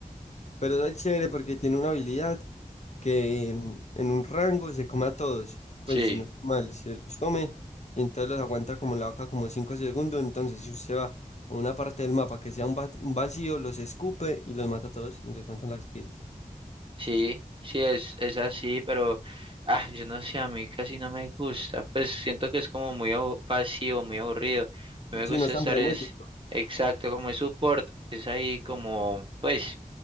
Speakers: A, on the left; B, on the right.
A: Pero es chévere porque tiene una habilidad que mm, en un rango se come a todos. Pues
B: Sí,
A: si no estoy mal, se los come. Y entonces los aguanta como la boca como 5 segundos. Entonces si usted va a una parte del mapa que sea un, va- un vacío, los escupe y los mata a todos. Y le cuentan las pilas.
B: sí, sí es, es así, pero ah, yo no sé, a mí casi no me gusta. Pues siento que es como muy abu- pasivo, muy aburrido. No me
A: Si
B: gusta
A: no es tan
B: estar
A: frenético.
B: es exacto como es support, es ahí como, pues,